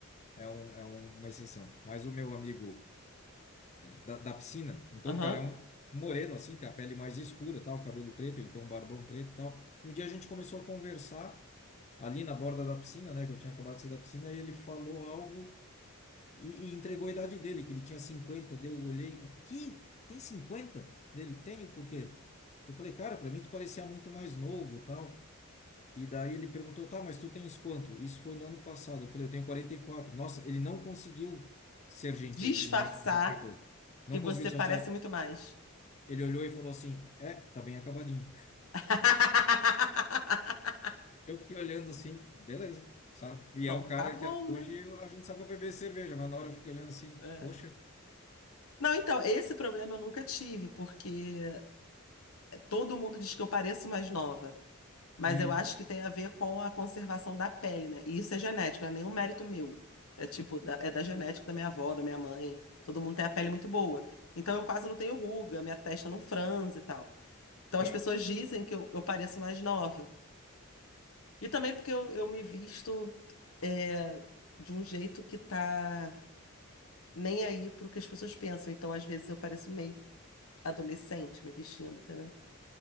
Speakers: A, on the left; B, on the left.
A: é, um, é um- uma exceção. Mas o meu amigo da, da piscina. Então
B: Aham.
A: o cara é um moreno, assim, tem a pele mais escura, tal, cabelo preto, ele tem um barbão preto e tal. E um dia a gente começou a conversar ali na borda da piscina, né, que eu tinha acabado de sair da piscina, e ele falou algo e, e entregou a idade dele, que ele tinha 50. Daí eu olhei, o que Tem 50? Dele, tenho, por quê? Eu falei, cara, pra mim tu parecia muito mais novo, tal. E daí ele perguntou, tá, mas tu tens quanto? Isso foi no ano passado. Eu falei, eu tenho 44. Nossa, ele não conseguiu ser gentil
B: Disfarçar
A: e nem respeitoso. Não
B: que você
A: conseguiu se
B: parece
A: mostrar.
B: muito mais.
A: Ele olhou e falou assim: É, tá bem acabadinho.
B: <laughs>
A: Eu fiquei olhando assim, beleza, sabe? E
B: Então
A: é o cara
B: tá bom,
A: que hoje
B: né?
A: eu- a gente sabe pra beber cerveja, mas na hora eu fiquei olhando assim:
B: É.
A: Poxa,
B: Não, então, esse problema eu nunca tive, porque todo mundo diz que eu pareço mais nova. Mas
A: hum,
B: eu acho que tem a ver com a conservação da pele, né? E isso é genético, não é nenhum mérito meu. É tipo, da, é da genética da minha avó, da minha mãe. Todo mundo tem a pele muito boa. Então eu quase não tenho ruga, minha testa não franze e tal. Então
A: certo.
B: as pessoas dizem que eu, eu pareço mais nova. E também porque eu, eu me visto é, de um jeito que tá nem aí pro que as pessoas pensam. Então às vezes eu pareço meio adolescente me vestindo, entendeu?